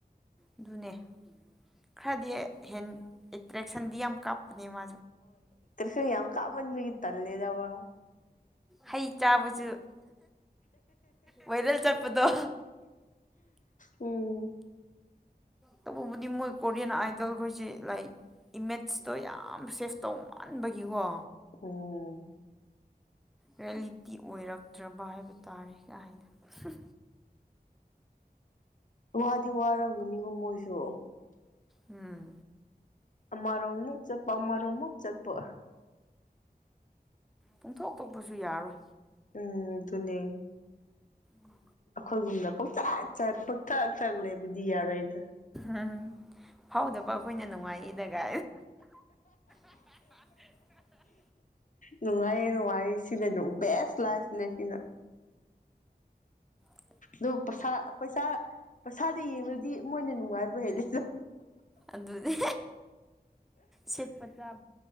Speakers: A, in the centre; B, on the left.
A: ꯑꯗꯨꯅꯦ ꯈꯔꯗꯤ ꯑꯦꯇ꯭ꯔꯦꯛꯁꯟꯗꯤ ꯌꯥꯝ ꯀꯥꯞ ꯑꯅꯤꯃ
B: ꯐ ꯌꯥꯝ ꯀꯥꯃꯟꯕꯤꯒꯤ ꯇꯜꯂꯦꯗꯕ
A: ꯍꯩ ꯆꯥꯕꯁꯨ ꯚꯥꯏꯔꯦꯜ ꯆꯠꯄꯗꯣ
B: ꯎꯝ
A: ꯇꯕꯨꯗꯤ ꯃꯣꯏ ꯀꯣꯔꯤꯌꯥꯟ ꯑꯥꯏꯗꯜ ꯀꯁꯦ ꯂꯥꯏ ꯏꯃꯦꯖꯇꯣ ꯌꯥꯝ ꯁꯦꯐ ꯇꯧꯃꯥꯟꯕꯒꯤꯀꯣ
B: ꯎꯝ
A: ꯔꯤꯌꯦꯂꯤꯇꯤ ꯑꯣꯏꯔꯛꯇ꯭ꯔꯕ ꯍꯥꯏꯕ ꯇꯥꯔꯦ ꯀꯥꯏꯅ
B: ꯋꯥꯗꯤ ꯋꯥꯔꯝꯒꯅꯤꯕꯣ ꯃꯣꯏꯁꯨ
A: ꯎꯝ
B: ꯑꯔ ꯑꯃꯃꯨꯛ ꯆꯄ ꯑꯔ ꯑꯃꯃꯨꯛ ꯆꯠꯄ
A: ꯄꯨꯡꯊꯣꯛꯇꯣꯛꯄꯁꯨ ꯌꯥꯔꯣꯏ
B: ꯎꯝ ꯑꯗꯨꯅꯤ
A: ꯎꯝ
B: ꯑꯩꯈꯣꯏꯒꯨꯝꯅ ꯄꯣꯛꯆꯠ ꯆꯠ ꯄꯣꯛꯇꯥꯛ ꯇꯛ ꯂꯩꯕꯗꯤ ꯌꯥꯔꯣꯏꯗ
A: ꯎꯝ ꯐꯥꯎꯗꯕ ꯑꯩꯈꯣꯏꯅ ꯅꯨꯡꯉꯥꯏꯗꯒ <inaudible>
B: ꯅꯨꯡꯉꯥꯏꯌꯦ ꯅꯨꯡꯉꯥꯏꯌꯦ ꯁꯤꯅꯁꯨ ꯕꯦꯁ ꯂꯥꯏꯁꯤꯅꯦ ꯁꯤꯅ
A: ꯎꯝ
B: ꯑꯗꯨ ꯄꯩꯁꯥ ꯄꯩꯁꯥ ꯄꯩꯁꯥꯗ ꯌꯦꯡꯨꯔꯗꯤ ꯃꯣꯏꯅ ꯅꯨꯡꯉꯥꯏꯕ ꯍꯦꯜꯂꯦ
A: ꯑꯗꯨꯗꯤ ꯁꯦꯠꯄꯆꯥꯔ